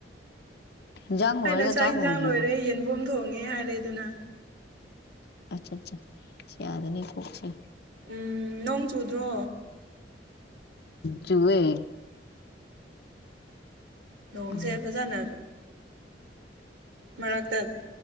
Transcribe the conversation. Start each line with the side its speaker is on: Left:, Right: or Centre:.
Left: ꯏꯟꯖꯥꯡ ꯂꯣꯏꯔꯒ
Right: ꯑꯩꯅ ꯆꯥꯛ ꯏꯟꯁꯥꯡ
Left: ꯂꯣꯏꯗ꯭ꯔꯤꯕꯣ
Right: ꯂꯣꯏꯔꯦ ꯌꯦꯟꯕꯝ ꯊꯣꯡꯉꯦ ꯍꯥꯏꯔꯦ ꯑꯗꯨꯅ
Left: ꯑꯆꯥ ꯑꯆꯥ ꯌꯥ ꯌꯥꯗꯅꯤ ꯐꯁꯤ
Right: ꯎꯝ ꯅꯣꯡ ꯆꯨꯗ꯭ꯔꯣ
Left: ꯆꯨꯑꯦ
Right: ꯅꯣꯡꯡꯁꯦ
Left: ꯑ
Right: ꯑꯦꯐꯣꯏ ꯆꯅ ꯃꯔꯥꯛꯛꯇ